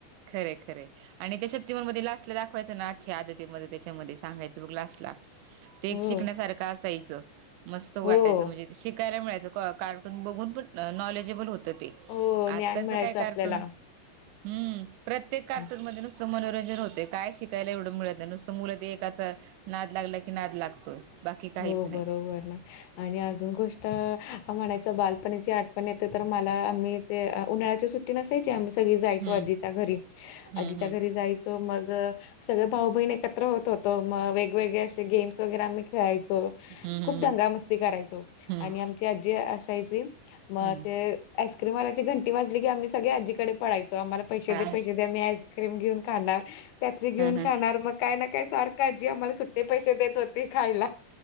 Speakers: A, on the right; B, on the left.
A: खरय-खरय. आणि त्या शक्तीमाणमध्ये लास्टला दाखवायचं ना, अच्छी आदतीमध्ये त्याच्यामध्ये सांगायचं बघ लास्टला. ते
B: हो,
A: शिकण्यासारखं असायचं, मस्त वाटायचं
B: हो,
A: म्हणजे शिकायला मिळायचं का कार्टून बघून पण नॉलेजेबल होत ते,
B: हो ज्ञान
A: आताच
B: मिळायचं
A: काय कार्टून
B: आपल्याला.
A: हम्म. प्रत्येक कार्टून
B: हं.
A: मध्ये नुसतं मनोरंजन होतें, काय शिकायला एवढं मिळत नुसतं मुलं ते एकाच नाद लागला की, नाद लागतोय. बाकी काहीच
B: हो
A: नाही
B: बरोबर ना आणि अजून गोष्ट त म्हणायचं बालपणीची आठवण येते, तर मला मी ते उन्हाळ्याच्या सुट्टी टी नसायची, आम्ही सगळी जायचो
A: हम्म
B: आधीच्या घरी
A: हम्म
B: आधीच्या
A: हम्म
B: घरी जाय चो, मग सगळे भाऊ बहीण एकत्र होत होतो, मग वेगवेगळे असे गेम्स वगैरे आम्ही खेळाय चो,
A: हम्म
B: खूप दंगा
A: हम्म
B: मस्ती करायचो
A: हम्म
B: आणि आमची आज्जी असायची म
A: हम्म
B: ते आईस्क्रीमलाल्याची घंटी वाजली की, आम्ही सगळे आजी कडे पळायचो, आम्हला पैसे
A: हा
B: दे पैसे दे आईस्क् क्रीम घेऊन खणार, पॅप्सी घेऊन
A: हा
B: खणार, मग काय णा काय सारख आजी आमला सुटे पैशे देत होती खायला,